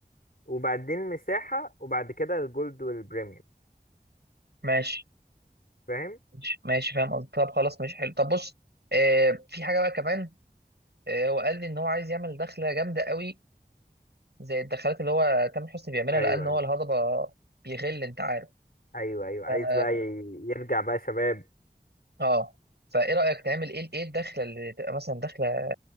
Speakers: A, on the left; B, on the right.
A: وبعدين مساحة وبعد كده الجولد والبريميوم
B: ماشي
A: فاهم
B: ماشي ماشي فاهم قصدي طب خلاص ماشي حلو طب بص آه في حاجة بقى كمان آه هو قال لي إن هو عايز يعمل دخلة جامدة قوي زي الدخلات اللي هو تامر حسني بيعملها
A: ايوه
B: لأن هو
A: ايوه
B: الهضبة بيغل أنت عارف
A: ايوه ايوه
B: ف-
A: عايز بقى ي- يرجع بقى شباب
B: اه فإيه رأيك تعمل إيه إيه الدخلة اللي تبقى مثلا دخلة